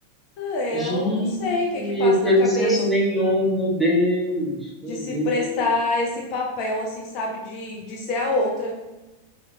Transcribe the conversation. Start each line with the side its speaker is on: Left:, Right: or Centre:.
Left: Ah, eu
Centre: Gente,
Left: não sei o que que passa
Centre: teve
Left: na cabeça
Centre: senso nenhum, meu Deus, meu
Left: de se
Centre: Deus.
Left: prestar esse papel, assim, sabe? De, de ser a outra.